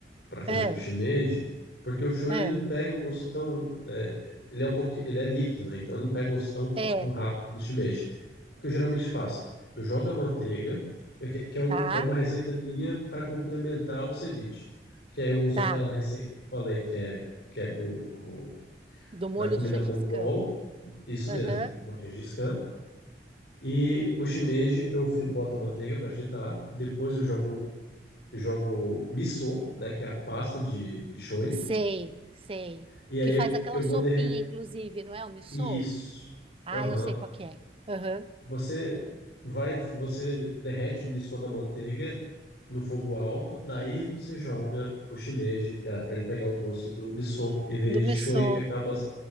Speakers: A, on the left (about 70°); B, on the right (about 30°).
A: para fazer
B: É,
A: com o shimeji, porque o show
B: é,
A: ele não pega o gosto tão, é, ele é um pouquinho, ele é líquido, né? Então ele não pega o gosto tão, fa-
B: é,
A: tão rápido do shimeji. O que eu geralmente faço, eu jogo a manteiga, é que, que é, um,
B: tá,
A: é uma receita minha para complementar o ceviche, que aí eu uso
B: tá.
A: aquela receita que eu falei que é que é do, do
B: Do molho
A: da comida
B: do Gengis
A: mongol,
B: Khan.
A: isso
B: Aham.
A: mesmo, tipo, de Gengis Khan. E o shimeji eu fri- boto a manteiga para fritar, depois eu jogo jogo miso, né, que é a pasta de, de shoyu,
B: Sei, sei.
A: E
B: Que
A: aí
B: faz
A: eu,
B: aquela
A: eu
B: sopinha,
A: vou derreter.
B: inclusive, não é o missô?
A: Isso.
B: Ah,
A: Aham.
B: eu sei qual que é. Aham,
A: Você vai, você derrete o miso na manteiga no fogo alto, daí você joga o shimeji para ele pegar o gosto do miso em vez
B: Do
A: de
B: missô.
A: shoyu que acaba